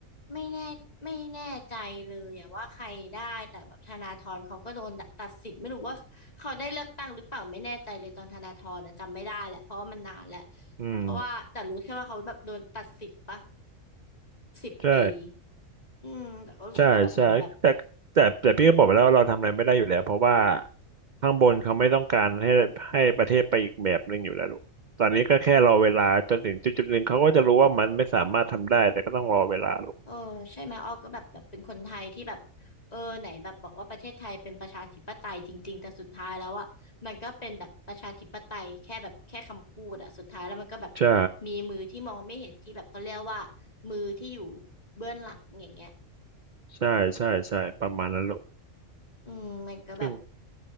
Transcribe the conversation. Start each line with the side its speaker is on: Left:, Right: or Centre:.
Left: ไม่แน่ไม่แน่ใจเลยอะว่าใครได้แต่แบบธนาธรเขาก็โดนตัดสิทธิ์ไม่รู้ว่าเขาได้เลือกตั้งหรือเปล่าไม่แน่ใจเลยตอนธนาธรนะจำไม่ได้แหละเพราะว่ามันนานแล้ว
Right: อืม
Left: เพราะว่าแต่รู้แค่ว่าเขาแบบโดนตัดสิทธิ์ปะสิบปี
Right: ใช่
Left: อืมแต่ก็รู้สึกว่าแบบเหมือนแบบ
Right: ใช่ใช่แต่แต่แต่พี่ก็บอกไปแล้วว่าเราทำอะไรไม่ได้อยู่แล้วเพราะว่า
Left: อือฮึ
Right: ข้างบนเขาไม่ต้องการให้ให้ประเทศไปอีกแบบหนึ่งอยู่แล้วลูกตอนนี้ก็แค่รอเวลาจนถึงจุดจุดหนึ่งเขาก็จะรู้ว่ามันไม่สามารถทำได้แต่ก็ต้องรอเวลาลูก
Left: เออใช่ไหมอ้อก็แบบแบบเป็นคนไทยที่แบบเออไหนแบบบอกว่าประเทศไทยเป็นประชาธิปไตยจริงๆแต่สุดท้ายแล้วอ่ะมันก็เป็นแบบประชาธิปไตยแค่แบบแค่คำพูดอ่ะสุดท้ายแล้วมันก็แบบ
Right: ใช่
Left: มีมือที่มองไม่เห็นที่แบบเขาเรียกว่ามือที่อยู่เบื้องหลังอย่างเงี้ย
Right: ใช่ใช่ใช่ประมาณนั้นลูก
Left: อืมมันก็แบบ
Right: ซึ่ง